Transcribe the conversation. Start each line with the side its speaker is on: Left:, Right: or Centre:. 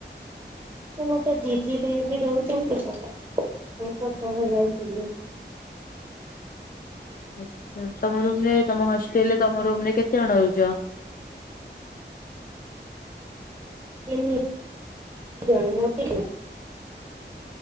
Right: ସେ ଗୋଟେ ଜିଦି ନେଇକି ରହୁଛି ତ ତାଙ୍କ ସହ ଯାଇଥିଲି।
Left: ଆଛା ତମ ରୁମରେ ତମ ହଷ୍ଟେଲରେ ତମ ରୁମ ରେ କେତେ ଜଣ ରହୁଛ?
Right: ତିନିଜଣ <unintelligible>